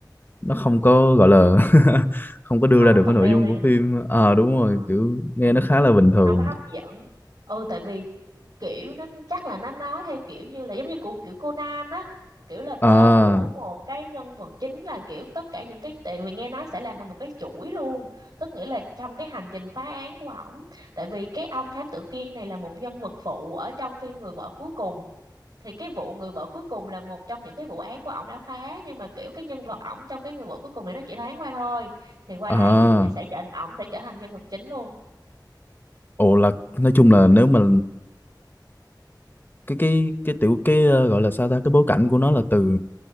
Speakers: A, on the left; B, on the right.
A: nó không có gọi là <laughs> không có đưa
B: không
A: ra
B: có
A: được
B: compelling
A: cái nội dung của
B: hả?
A: phim ờ đúng rồi
B: Ờ, ờ,
A: kiểu nghe
B: ờ,
A: nó khá là bình thường
B: không có hấp dẫn ừ tại vì kiểu nó chắc là nó nói theo kiểu như là giống như của kiểu Conan á kiểu là tên
A: à
B: của một cái nhân vật chính là kiểu tất cả những cái tại vì nghe nói sẽ làm thành một cái chuỗi luôn tức nghĩa là trong cái hành trình phá án của ổng tại vì cái ông thám tử Kiên này là một nhân vật phụ ở trong phim Người vợ cuối cùng thì cái vụ người vợ cuối cùng là một trong những cái vụ án của ổng đã phá nhưng mà kiểu cái nhân vật ổng trong cái người vợ cuối cùng này nó chỉ thoáng qua thôi thì qua
A: à
B: đây thì chị sẽ trở ổng sẽ trở thành nhân vật chính luôn
A: ồ là nói chung là nếu mà cái cái cái tiểu cái ờ, gọi là sao ta cái bối cảnh của nó là từ